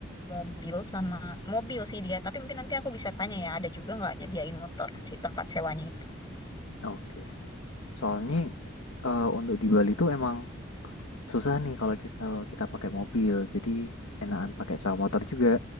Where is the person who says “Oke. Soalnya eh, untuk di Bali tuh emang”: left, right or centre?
Left